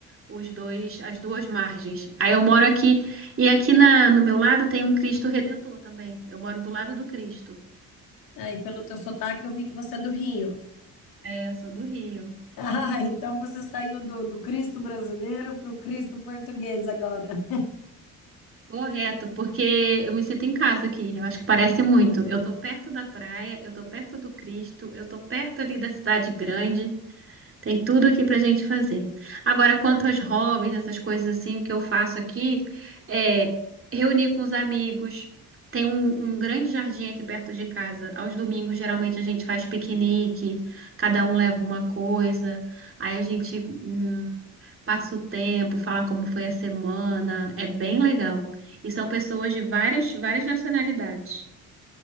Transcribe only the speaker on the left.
Ah, e pelo teu sotaque, eu vi que você é do Rio.
<laughs> Ah, então você saiu do, do Cristo brasileiro para o Cristo português agora.